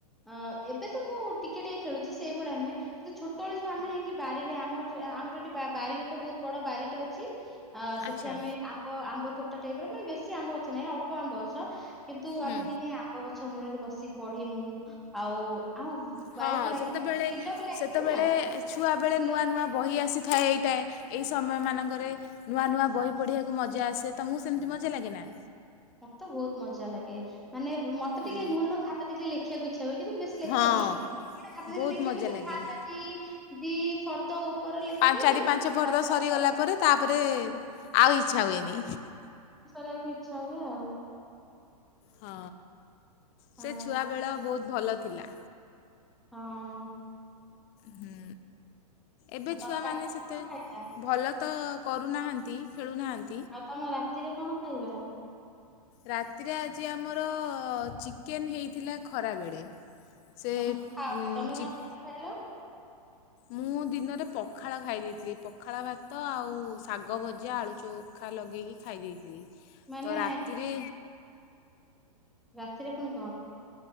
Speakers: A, in the centre; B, on the left.
A: ହଁ, ଏବେ ତ ମୁଁ ଟିକେ ଟିକେ ଖେଳୁଚି ସେଇଭଳିଆ ନୁହେଁ। କିନ୍ତୁ ଛୋଟବେଳେ ଯୋଉ ଆମେ ଯାଇକି ବାରିରେ ଆମ ଆମର ଏଠି ବାରି ଗୋ ଗୋଟେ ବହୁତ୍ ବଡ ବାରିଟେ ଅଛି ଅ ସେଠି
B: ଆଚ୍ଛା
A: ଆମେ ଆବ୍ ଅ ଆମ୍ବ ତୋଟା ଟାଇପି ର ମାନେ ବେଶୀ ଆମ୍ବ ଗଛନାଇଁ, ଅଳ୍ପ ଆମ୍ବ ଅଛ କିନ୍ତୁ
B: ହୁଁ
A: ଆମେ ସେଠି ଆବ୍ ଆମ୍ବ ଗଛ ମୂଳରେ ବସିକି ପଢିମୁ। ଆଉ ଆମ
B: ହଁ,
A: ବାରିକୁ ଲାଗି
B: ସେତେବେଳେ
A: ବିଲ ବି ଲାଗିଛି
B: ସେତେବେଳେ
A: ନା
B: ଛୁଆ ବେଳେ
A: ବିଲରେ
B: ନୂଆ ନୂଆ ବହି ଆସିଥାଏ ଏଇଟାଏ ଏଇ ସମୟ ମାନଙ୍କରେ। ନୂଆ ନୂଆ ବହି ପଢ଼ିଆକୁ ମଜା ଆସେ, ତମକୁ ସେମିତି ମଜା ଲାଗେନା?
A: ମତେ ବହୁତ ମଜା ଲାଗେ ମାନେ ମତେ
B: ହୁଁ।
A: ଟିକେ ନୂଆ ନୂଆ ଖାତା ଦେଖିଲେ ଲେଖିଆକୁ ଇଚ୍ଛା ହୁଏ, କିନ୍ତୁ ମୁଁ ବେଶୀ ଲେଖେନି।
B: ହଁ
A: ଖାତା ଧରି
B: ବହୁତ
A: ଦେଖିଆକୁ
B: ମଜା
A: ଯେ
B: ଲାଗେ
A: ଫାଷ୍ଟେ ଦି ଦି ଫର୍ଦ୍ଦ ଉପରେ ଲେଖିଦେବି।
B: ପାଞ୍ଚ ଚାରି ପାଞ୍ଚ ଫର୍ଦ୍ଧ
A: ତାପରେ
B: ସରିଗଲା
A: ସଇଲା
B: ପରେ ତାପରେ ଆଉ ଇଚ୍ଛା ହୁଏନି।
A: ରାଗିଚି। ହଉ ହୁଏ ଆଉ।
B: ହଁ
A: ହଁ
B: ସେ ଛୁଆବେେଳ ବହୁତ ଭଲ ଥିଲା।
A: ହଁ।
B: ହୁଁ ଏବେ
A: ଆଉ ତମ
B: ଛୁଆମାନେ
A: ରାତିରେ
B: ସେତେ
A: କଣ ଖାଇବା
B: ଭଲ ତ କରୁନାହାନ୍ତି ଖେଳୁନାହାନ୍
A: ଆଉ ତମ ରାତିରେ କଣ ଖାଇବା?
B: ରାତିରେ ଆଜି ଆମର ଚିକେନ ହେଇଥିଲା ଖରାବେଳେ। ସେପ
A: ତମେ ତ ଖାଅନି ତମେ
B: ଚିକ
A: କଣ ଟେ ଖାଇଥିଲ?
B: ମୁଁ ଦିନରେ ପଖାଳ ଖାଇ ଦେଇଥିଲି। ପଖାଳ ଭାତ ଆଉ ଶାଗ ଭଜା ଆଳୁ ଚୋ ଖା ଲଗେଇକି ଖାଇ ଦେଇଥିଲି।
A: ମାନେ
B: ତ ରାତିରେ
A: ରାତିରେ ଫୁଣି କଣ?